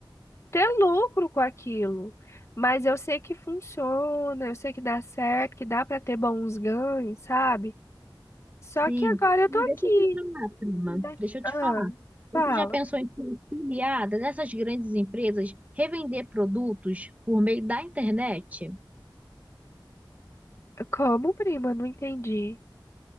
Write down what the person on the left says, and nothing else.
ter lucro com aquilo. Mas eu sei que funciona, eu sei que dá certo, que dá para ter bons ganhos, sabe? Só
que agora eu
tô aqui.
Ainda-
Ah,
fala.
Como, prima? Não entendi.